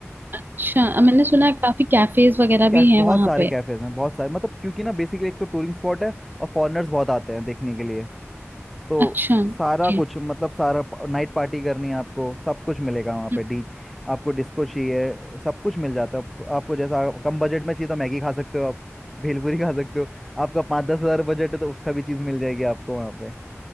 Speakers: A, on the right; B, in the centre.
A: अच्छा अ, मैंने सुना है काफी कैफेज वगैरह
B: कैफ
A: भी हैं
B: बहुत
A: वहां
B: सारे
A: पे
B: कैफेज हैं बहुत सारे मतलब क्योंकि ना बेसिकली एक तो टूरिंग स्पॉट है और फॉरेनर्स बहुत आते हैं देखने के लिए तो
A: अच्छा ओके
B: सारा कुछ मतलब सारा नाइट पार्टी करनी है आपको सब कुछ मिलेगा वहाँ
A: <laughs>
B: पे डी आपको डिस्को चाहिए सब कुछ मिल जाता है आप- आपको जैसा कम बजट में चाहिए तो मैगी खा सकते हो आप भेलपूरी खा सकते हो आपका पाँच दस हज़ार बजट है तो उसका भी चीज़ मिल जाएगी आपको वहाँ पे